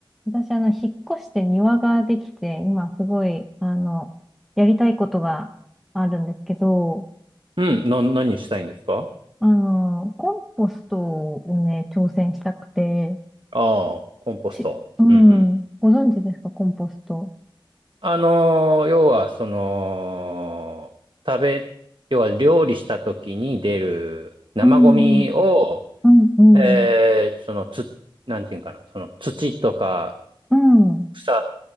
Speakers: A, in the centre; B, on the right.
A: 私、あの、引っ越して庭ができて、今すごい、あの、やりたいことがあるんですけど、
B: うん、な、何したいんですか
A: あの、コンポストをね、挑戦したくて、
B: ああ、コンポスト。
A: し、うん、
B: うんうん。
A: ご存知ですか、コンポスト。
B: あのー要は、その、食べ、要は料理した時に出る生ゴミを、
A: うん、うん、
B: えーその、
A: うん、
B: つ、なんていうんかな、その土とか
A: うん。
B: 草